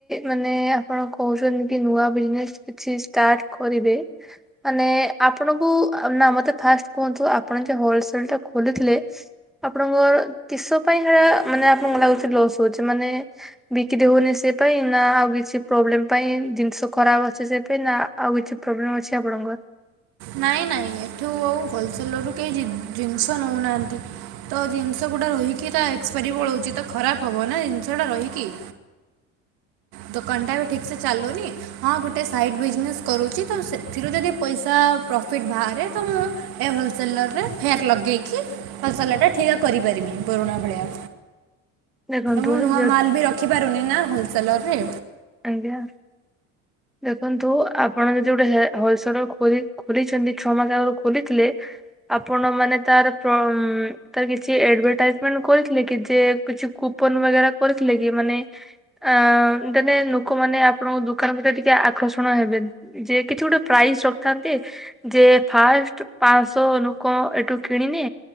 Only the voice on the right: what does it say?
ନାଇଁ ନାଇଁ ଏଠୁ ଆଉ ହୋଲସେଲରୁ କେହି ଜି ଜିନିଷ ନଉନାହାଁନ୍ତି। ତ ଜିନିଷ ଗୁଡା ରହିକି ତା ଏକ୍ସପାରି ପଳଉଚି ତ ଖରାପ ହବ ନା ଜିନିଷ ଉଡା ରହିକି। ଦୋକାନଟା ଏବେ ଠିକ୍ ସେ ଚାଲୁନି। ହଁ ଗୁଟେ ସାଇଟ୍ ବିଜନେସ୍ କରୁଚି ତ ସେଥିରୁ ଯଦି ପଇସା ପ୍ରଫିଟ୍ ବାହାରେ ତ ମୁଁ ଏ ହୋଲସେଲର ରେ ଫେଫ୍ ଲଗେଇକି ହୋଲସେଲର ଟା ଠିଆ କରିପାରମି ପୁରୁଣା ଭଳିଆ।
ମୁଁ ନୂଆ
ମାଲ୍ ବି ରଖିପାରୁନି ନା ହୋଲସେଲରରେ।